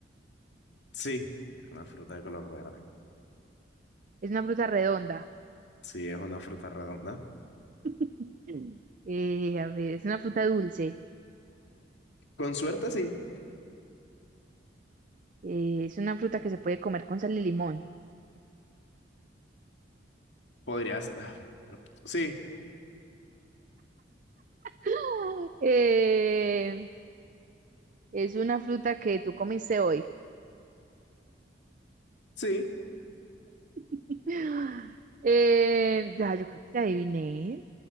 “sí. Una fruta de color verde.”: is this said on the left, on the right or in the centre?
Left